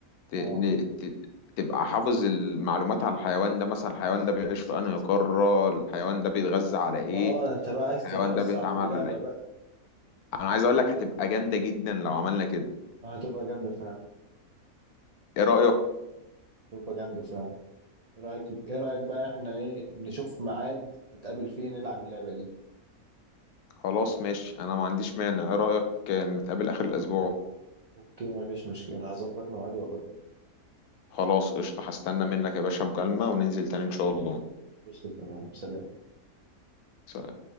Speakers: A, on the left (about 80°); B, on the right (about 75°).
A: ت...
B: اه
A: ن... ت... تبقى حافظ المعلومات على الحيوان ده مثلا الحيوان ده بيعيش في انهي قارة الحيوان ده بيتغذى على ايه
B: اه انت بقى
A: الحيوان
B: عايز تتوسع
A: ده بيتعامل
B: في اللعبة
A: على ايه
B: بقى
A: انا عايز اقول لك هتبقى جامدة جدا لو عملنا كده
B: آه هتبقى جامدة فعلا
A: ايه رأيك
B: هتبقى جامدة فعلا ايه رأيك ايه رأيك بقى احنا ايه نشوف ميعاد نتقابل فيه نلعب اللعبة دي
A: خلاص ماشي انا ما عنديش مانع ايه رأيك نتقابل اخر الاسبوع
B: اوكي مفيش مشكلة هظبط ميعادي واقول
A: خلاص قشطة هستنى منك يا باشا مكالمة وننزل تاني إن شاء الله
B: قشطة تمام سلام
A: سلام